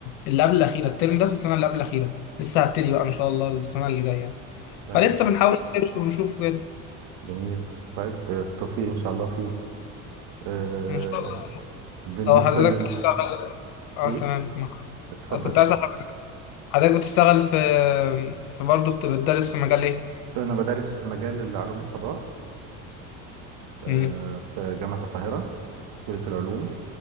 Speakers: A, on the left (about 75°); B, on the right (about 65°).
A: اللي قبل الأخيرة الترم ده في السنة اللي قبل الأخيرة لسه هبتدي بقى إن شاء الله السنة اللي جاية يعني
B: طيب
A: فلسه بنحاول نسيرش ونشوف كده
B: جميل طيب آه، بالتوفيق ان شاء الله فيه آه...
A: إن شاء الله
B: بالنسبة
A: هو حضرتك
B: لل
A: بتشتغل اه
B: ايه
A: تمام ما-
B: اتفضل
A: كنت عايز أعرف حضرتك بتشتغل في في برضه بت- بتدرس في مجال ايه؟
B: أنا بدرس في مجال علوم الفضاء آه،
A: امم
B: في جامعة القاهرة كلية العلوم